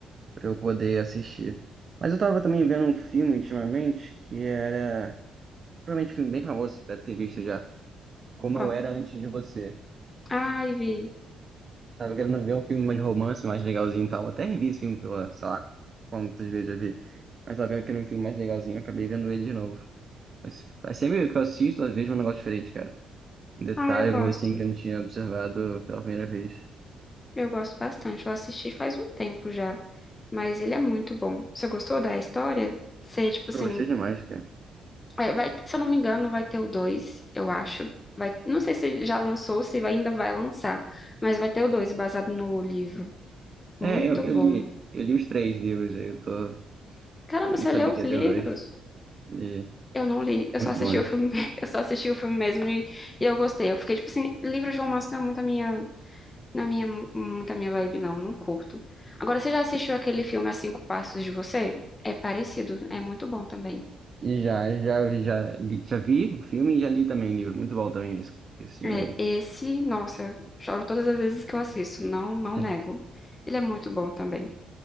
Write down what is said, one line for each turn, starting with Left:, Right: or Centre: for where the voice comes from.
Right: pra eu poder assistir. Mas eu tava também vendo um filme ultimamente que era. Provavelmente um filme bem famoso, você deve ter visto já. como
Left: Ó.
Right: eu era antes de você.
Left: Ai, Vi.
Right: Tava querendo ver um filme mais de romance, mais legalzinho e tal. Até revi esse filme pela, sei lá, quantas vezes já vi. Mas tava vendo que era um filme mais legalzinho, eu acabei vendo ele de novo. Mas mas sempre que eu assisto, eu vejo um negócio diferente, cara. Um detalhe,
Left: ah eu
Right: alguma
Left: gosto.
Right: coisa assim que eu não tinha observado pela primeira vez.
Left: Eu gosto bastante. Eu assisti faz um tempo já, mas ele é muito bom. Você gostou da história? Você, tipo assim,
Right: Eu gostei demais, cara.
Left: é, vai, se eu não me engano, vai ter o dois. eu acho. Vai, não sei se já lançou, se vai- ainda vai lançar, mas vai ter o 2 baseado no livro.
Right: É,
Left: Muito
Right: eu, eu
Left: bom.
Right: li, eu li os três livros aí, eu tô.
Left: Caramba,
Right: Eu não
Left: você
Right: sabia
Left: leu os
Right: que ia
Left: livros?
Right: ter dois. Li
Left: Eu não li, eu
Right: muito
Left: só assisti
Right: bons.
Left: o filme, <laughs> eu só assisti o filme mesmo e, e eu gostei. Eu fiquei tipo assim, livro de romance não é muito a minha Não é minha, hum, muita minha vibe, não, não curto. Agora, você já assistiu aquele filme A Cinco Passos de Você? É parecido, é muito bom também.
Right: E já, já, já, li, já vi o filme e já li também o livro. Muito bom também esse, esse filme
Left: É, esse, nossa, choro todas as vezes que eu assisto, não, não
Right: aí.
Left: nego.
Right: <laughs>
Left: Ele é muito bom também.